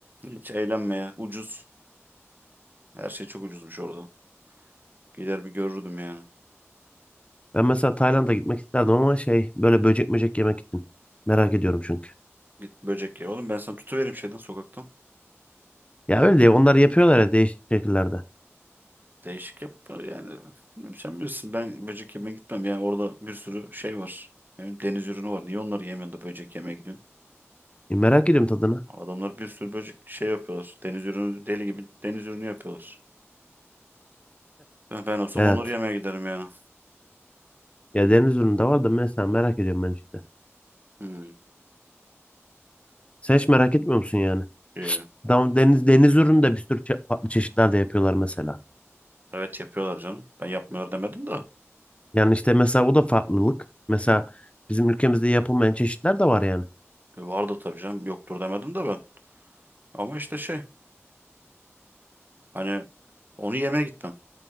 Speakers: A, on the right (about 40°); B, on the left (about 25°).
A: Hiç eğlenmeye. Ucuz. Her şey çok ucuzmuş orada. Gider bir görürdüm yani.
B: Ben mesela Tayland'a gitmek isterdim ama şey böyle böcek möcek yemek için. Merak ediyorum çünkü.
A: Git böcek ye. Oğlum ben sana tutuvereyim şeyden sokaktan.
B: Ya öyle değil. Onlar yapıyorlar ya değişik şekillerde.
A: Değişik yap yani. Bilmiyorum sen bilirsin ben böcek yemeye gitmem. Yani orada bir sürü şey var. Hem deniz ürünü var. Niye onları yemiyorsun da böcek yemeye gidiyorsun?
B: E, merak ediyorum tadını.
A: Adamlar bir sürü böcek şey yapıyorlar. Deniz ürünü deli gibi deniz ürünü yapıyorlar. Ben, ben olsam
B: Evet.
A: onları yemeye giderim yani.
B: Ya deniz ürünü de var da mesela merak ediyorum ben işte.
A: Hmm,
B: Sen hiç merak etmiyor musun yani?
A: iyi.
B: Tam deniz deniz ürünü de bir sürü çe- farklı çeşitler de yapıyorlar mesela.
A: Evet yapıyorlar canım. Ben yapmıyor demedim de.
B: Yani işte mesela o da farklılık. Mesela bizim ülkemizde yapılmayan çeşitler de var yani.
A: E, Vardı tabii canım. Yoktur demedim de ben. Ama işte şey hani onu yemeye gitmem.